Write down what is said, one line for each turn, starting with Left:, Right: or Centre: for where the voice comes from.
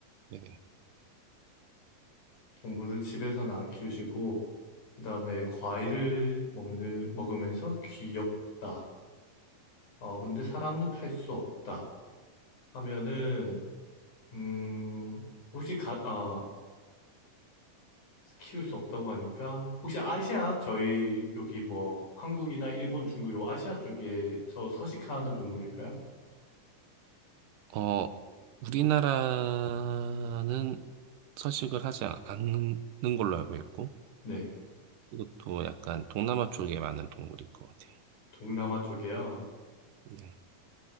Right: 네네.
Left: 동물을 집에서는 안 키우시고, 그 다음에 과일을 먹는, 먹으면서 귀엽다. 어, 근데 사람은 탈 수 없다. 하면은, 음, 혹시 가, 어, 키울 수 없다고 하니까 혹시 아시아 저희 여기 뭐 한국이나 일본, 중국 요 아시아 쪽에서 서식하는 동물일까요?
Right: 어, 우리나라는 서식을 하지 않- 않는 걸로 알고 있고
Left: 네,
Right: 이것도 약간 동남아 쪽에 많은 동물일 것 같아요.
Left: 동남아 쪽이야.
Right: 네.